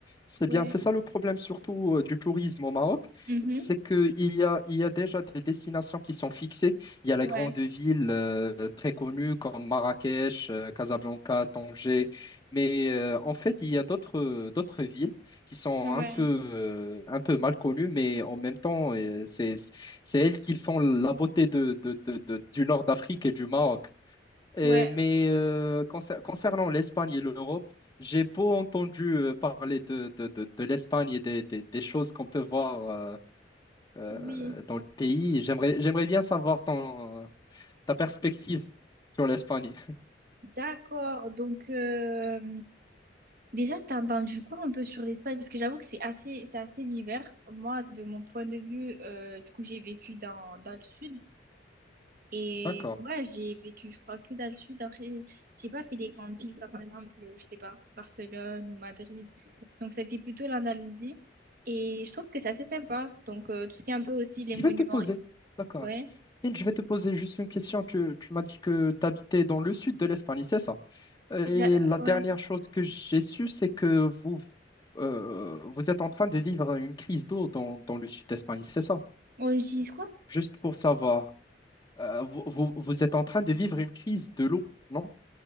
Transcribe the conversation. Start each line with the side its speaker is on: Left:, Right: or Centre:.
Left: C'est
Right: Ouais.
Left: bien, c'est ça le problème surtout euh, du tourisme au Maroc,
Right: Mhm.
Left: c'est qu'il y a, il y a déjà des destinations qui sont fixées. Il y a les
Right: Ouais.
Left: grandes villes euh, très connues comme Marrakech, euh, Casablanca, Tanger, mais euh, en fait, il y a d'autres euh, d'autres villes qui sont
Right: Ouais.
Left: un peu, euh, un peu mal connues, mais en même temps, euh, c'est, c'est elles qui font la beauté de, de- de- de- du nord d'Afrique et du Maroc. Et-
Right: Ouais.
Left: mais euh, concer- concernant l'Espagne et l'Europe, j'ai beau entendu euh, parler de, de, de, de l'Espagne et des, des, des choses qu'on peut voir euh, euh,
Right: Oui.
Left: dans le pays. J'aimerais, j'aimerais bien savoir ton, euh, ta perspective sur l'Espagne.
Right: D'accord. Donc, euh, déjà, t'as entendu quoi un peu sur l'Espagne? Parce que j'avoue que c'est assez, c'est assez divers. Moi, de mon point de vue, euh, du coup, j'ai vécu dans, dans le sud. Et
Left: D'accord.
Right: ouais, j'ai vécu, je crois, que dans le sud. Après, j'ai pas fait des grandes villes, comme par exemple, euh, je sais pas, Barcelone ou Madrid. Donc, c'était plutôt l'Andalousie. Et je trouve que c'est assez sympa. Donc, euh, tout ce qui est un peu aussi les
Left: Je
Right: monuments.
Left: vais te poser. D'accord.
Right: Ouais.
Left: Et je vais te poser juste une question. Tu, tu m'as dit que tu habitais dans le sud de l'Espagne, c'est ça? Et
Right: J'a-
Left: la dernière
Right: Ouais.
Left: chose que j'ai su, c'est que vous, euh, vous êtes en train de vivre une crise d'eau dans, dans le sud d'Espagne, c'est ça?
Right: On utilise quoi?
Left: Juste pour savoir, euh, vous, vous- vous êtes en train de vivre une crise de l'eau, non?